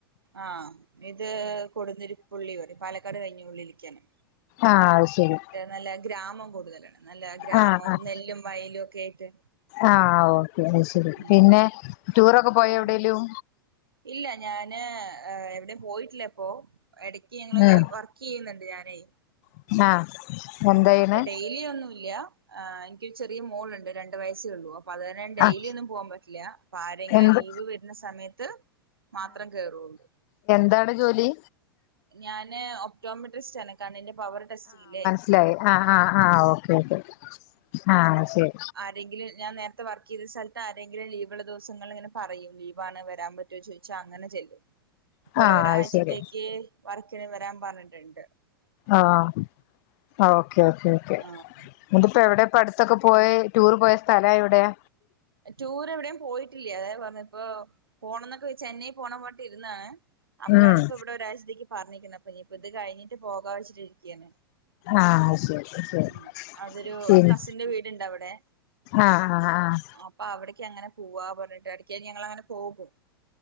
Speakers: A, on the right (about 75°); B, on the left (about 45°).
A: ആഹ് ഇത്! !!!!!!! പറിം! !!!!!!! കഴിഞ്ഞ് ഉള്ളിൽക്കാണ്.
B: ആഹ്, അത് ശെരി
A: നല്ല ഗ്രാമം കൂട്തലാണ്. നല്ല ഗ്രാമവും
B: ആഹ് ആഹ്
A: നെല്ലും വയലും ഒക്കെ ആയിട്ട്
B: ആഹ് ഓക്കെ അയ്ശെരി
A: ഉം
B: പിന്നെ ടൂറൊക്കെ പോയോ
A: പിൻ
B: എവ്ടേലും?
A: ഇല്ല ഞാന് എവിടെയും പോയിട്ടില്ലപ്പോ എടയ്ക്ക് ഞങ്ങള്
B: ഉം
A: വർ ക്കിയ്യ്ന്ന്ണ്ട് ഞാനേയ്
B: ആഹ്.
A: അം
B: എന്താ ചെയ്യണേ
A: അപ്പം ഡെയിലി ഒന്നും ഇല്ല്യാ, ആഹ് ഇൻക്കൊരു ചെറിയ മോളുണ്ട് രണ്ട് വയസ്സേ ഉള്ളൂ അപ്പം അത് ഞാൻ ഡെയിലി
B: ആഹ്
A: ഒന്നും പൂവാൻ പറ്റില്ല്യ പ്പാരെങ്കിലും
B: എന്ത്
A: ലീവ് വെര്ന്ന സമയത്ത് മാത്രം കേറോള്ളു
B: എന്താവടെ ജോലി?
A: ഞാന് ഒപ്റ്റോമെട്രിസ്റ്റ് ആണ്. കണ്ണിന്റെ പവറ് ടെസ്റ്റെയില്ലേ
B: സിലായി ആഹ്, ആഹ്, ആഹ് ഓക്കെ ഓക്കെ ആഹ് അയ്ശെരി.
A: രെങ്കിലും ഞാൻ നേരത്തെ വർക്ക് ചെയ്ത സ്ഥലത്ത് ആരേങ്കിലും ലീവ്ള്ള ദിവസങ്ങൾലിങ്ങനെ പറയും ലീവാണ് വരാൻ പ റ്റോ ചോയിച്ചാ അങ്ങനെ ചെല്ലും. പ്പൊരോരാഴ്ചത്തേയ്ക്ക്
B: ആഹ് അത് ശരി
A: വർക്കിന് വെരാൻ പർഞ്ഞിട്ട്ണ്ട്.
B: ആഹ്, ഓക്കേ, ഓക്കേ, ഓക്കേ
A: ആഹ്
B: ന്നിട്ട്പ്പം എവടെപ്പട്ത്തൊക്കെ പോയ ടൂർ പോയ സ്ഥലം എവിടെയാ
A: ടൂർ എവിടെയും പോയിട്ടില്ല്യ. അതാ ഞാൻ പർഞ്ഞ പ്പോ പോണന്നൊക്കെ ചെന്നൈ പോണം വാട്ടി ഇരുന്നാണ് അപ്പഴാണ്
B: ഉം
A: ഇപ്പം ഇവിടെ ഒരാഴ്ചത്തേയ്ക്ക് പറഞ്ഞേക്കുന്ന അപ്പം ഇനി ഇപ്പം ഇത് കഴിഞ്ഞിട്ട് പോകാ വെച്ചിട്ടിരിയ്ക്കാണ്.
B: ആഹ്. <unintelligible>
A: ഉം അതൊരു
B: പിന്നെ
A: കസിന്റെ വീട്ണ്ടവടെ
B: ആഹ്, ആഹ്, ഹ, ഹ, ആഹ്
A: അപ്പം അവിട്യ് ക്ക് അങ്ങനെ പുവ്വാ പറഞ്ഞിട്ട് എടക്കായി ഞങ്ങള് അങ്ങനെ പോകും.